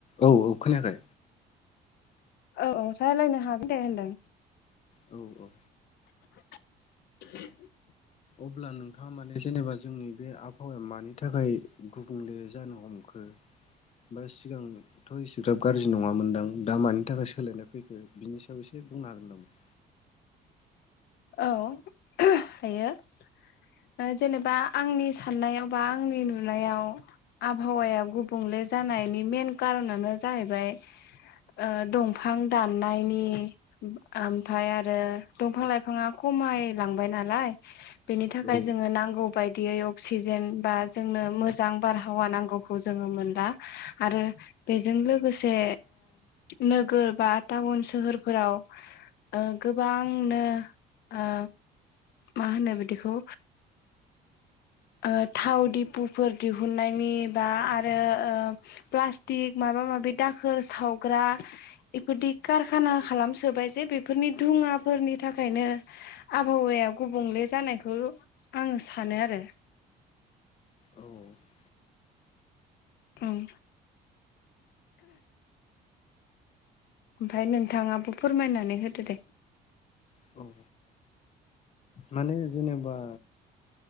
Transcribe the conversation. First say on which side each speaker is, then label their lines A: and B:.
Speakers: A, on the left (about 40°); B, on the left (about 75°).
A: औ औ खोनायाखै?
B: औ औ रायलायनो हागोन दे होनदों।
A: औ औ
B: <inaudible>
A: अब्ला नोंथाङा माने जेनेबा जोंनि बे आबहावाया मानि थाखाय गुबुंले जानो हमखो बा सिगांथ' एसेग्राब गाज्रि नङामोनदां दा मानि थाखाय सोलायनाय फैखो बिनि सायाव एसे बुंनो हागोन नामा
B: औ हायो जेनेबा आंनि साननायाव बा आंनि नुनायाव आबहावाया गुबुंले जानायनि मेन कारनानो जाहैबाय ओ दंफां दाननायनि ओमफ्राय आरो दंफां लाइ फाङा खमायलांबाय नालाय बेनि थाखाय
A: औ
B: जोङो नांगौ बायदियै अक्सिजेन बा जोंनो मोजां बारहावा नांगौखौ जोङो मोनला आरो बेजों लोगोसे नोगोर बा टाउन सोहोरफोराव ओ गोबांनो ओ मा होनो बिदिखौ ओ थाव दिपुफोर दिहुननायनि बा आरो प्लास्टिक माबा माबि दाखोर सावग्रा बेफोरदि कारखाना खालामसोबाय जे बेफोरनि धुङाफोरनि थाखायनो आबहावाया गुबुंले जानायखौ आङो सानो आरो
A: औ
B: ओं ओमफ्राय नोंथाङाबो फोरमायनानै होदो दे
A: औ माने जेनेबा